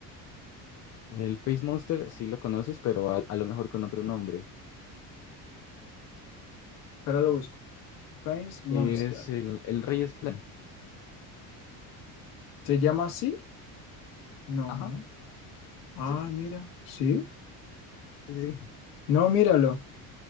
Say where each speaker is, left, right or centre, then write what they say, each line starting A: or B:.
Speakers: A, on the left (about 45°); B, on the left (about 70°).
A: El Face Monster sí lo conoces, pero a, a lo mejor con otro nombre.
B: Pero lo busco. Face Monster.
A: Es el, el Rey Slime.
B: ¿Se llama así? No.
A: Ajá,
B: Ah,
A: sí,
B: mira. ¿Sí?
A: sí, sí.
B: No, míralo.